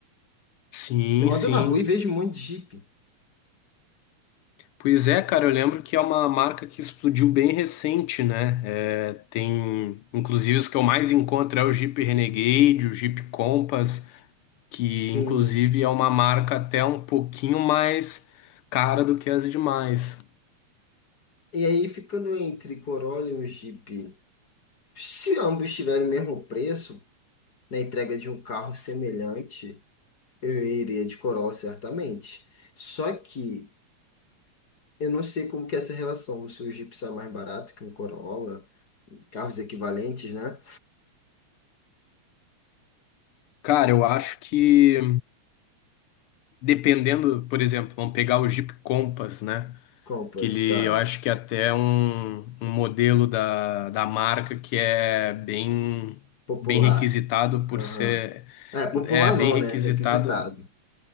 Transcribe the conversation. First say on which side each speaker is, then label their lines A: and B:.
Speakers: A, on the left; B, on the left.
A: Sim,
B: Eu ando
A: sim.
B: na rua e vejo um monte de Jeep.
A: Pois é, cara, eu lembro que é uma marca que explodiu bem recente, né? É, tem, inclusive, os que eu mais encontro é o Jeep Renegade, o Jeep Compass, que
B: Sim.
A: inclusive é uma marca até um pouquinho mais cara do que as demais.
B: E aí, ficando entre Corolla e um Jeep, se ambos tiverem o mesmo preço na entrega de um carro semelhante. Eu iria de Coral, certamente. Só que eu não sei como que é essa relação, se o Jeep sai mais barato que um Corolla, carros equivalentes, né?
A: Cara, eu acho que dependendo, por exemplo, vamos pegar o Jeep Compass, né?
B: Compass,
A: que ele,
B: tá.
A: eu acho que é até um, um modelo da, da marca que é bem,
B: Popular.
A: bem requisitado por
B: Aham.
A: ser,
B: É, popular
A: é bem
B: não,
A: requisitado.
B: né? Requisitado.